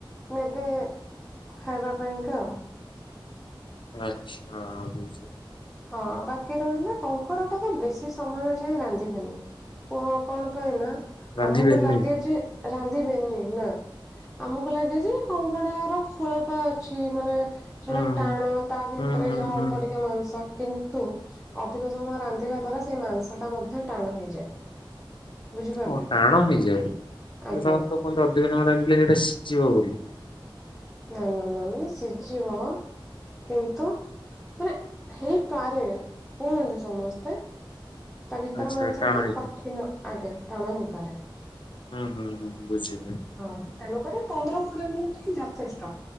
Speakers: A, in the centre; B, on the left (about 70°).
A: ନେବେ ଖାଇବା ପାଇଁକା ଆଉ।
B: ଆଚ୍ଛା ବୁଝିଲି।
A: ହଁ ବାକି ରହିଲା କଙ୍କଡା ଟାକୁ ବେଶୀ ସମୟ ଯାଏ ରାନ୍ଧିବେନି। କ କଣ ପାଇଁ ନା
B: ରାନ୍ଧି
A: ଆମକୁ
B: ବେନି
A: ଲାଗେ ଯେ ରାନ୍ଧିବେନି ନା ଆମକୁ ଲାଗେ ଯେ କଙ୍କଡାର ଖୋଳପା ଅଛି ମାନେ ସେଟା
B: ହୁଁ
A: ଟାଣ ତା ଭିତରେ
B: ହୁଁ ହୁଁ
A: ଯାହା
B: ହୁଁ
A: ଅଳ୍ପ ଟିକେ ମା କିନ୍ତୁ ଅଧିକ ସମୟ ରାନ୍ଧିବା ଦ୍ଵାରା ସେଇ ମାଂସଟା ମଧ୍ୟ ଟାଣ ହେଇଯାଏ। ବୁଝିପାରିଲେ
B: ଓ ଟାଣ ହେଇଯାଏ <inaudible>
A: ଆଜ୍ଞା
B: କହନ୍ତି ଅଧିକ ସମୟ ରନ୍ଧିଲେ ସେଟା ସିଝିବ ବୋଲି।
A: ନା ନା ନା ନା ସିଝିବ କିନ୍ତୁ ମାନେ ହେଇପାରେ କୁହନ୍ତି ସମସ୍ତେ। ତା ଭିତର
B: ଆଚ୍ଛା
A: ମାଂସଟା
B: ଟାଣ ହେଇଯିବ
A: କଠିନ ଆଜ୍ଞା ଟାଣ ହେଇପାରେ।
B: ହୁଁ ହୁଁ ହୁଁ ବୁଝିଲି।
A: ହଁ ତେଣୁକରି ପନ୍ଦର କୋଡିଏ ମିନିଟ ଯଥେଷ୍ଟ।